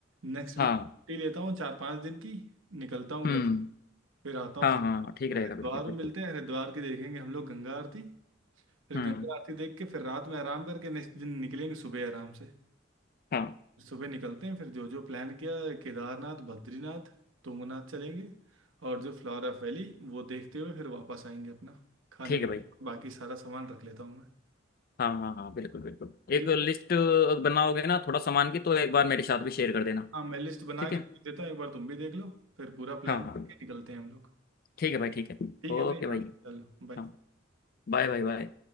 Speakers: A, on the right; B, on the left.
A: नेक्स्ट वीक
B: हाँ
A: छुट्टी लेता हूँ चार पाँच दिन की निकलता हूँ
B: हम्म
A: घर फिर आता हूँ
B: हाँ
A: सीधे
B: हाँ हाँ, ठीक रहेगा
A: हरिद्वार
B: बिल्कुल बिल्कुल
A: में मिलते हैं हरिद्वार की देखेंगे हम लोग गंगा आरती फिर
B: हम्म
A: गंगा आरती देख के फिर रात में आराम करके नेक्स्ट दिन निकलेंगे सुबह आराम से
B: हाँ
A: सुबह निकलते हैं फिर जो जो प्लान किया केदारनाथ बद्रीनाथ तुंगनाथ चलेंगे और जो फ्लोरा वैली वो देखते हुए फिर वापस आएंगे अपना खाने
B: ठीक
A: पीने
B: है भाई
A: का बाकी सारा सामान रख लेता हूँ मैं
B: हाँ हाँ हाँ बिल्कुल बिल्कुल
A: ठीक
B: एक लिस्ट
A: है
B: बनाओगे ना थोड़ा सामान की तो एक बार मेरे साथ भी शेयर कर देना
A: हाँ मैं लिस्ट बना
B: ठीक
A: के
B: है
A: भेज देता हूँ एक बार तुम भी देख लो फिर पूरा प्लान
B: हाँ
A: करके
B: हाँ
A: निकलते हैं हम लोग
B: ठीक है भाई ठीक है
A: ठीक
B: ओके
A: है भाई
B: भाई
A: हाँ चलो बाय
B: हाँ Bye bye bye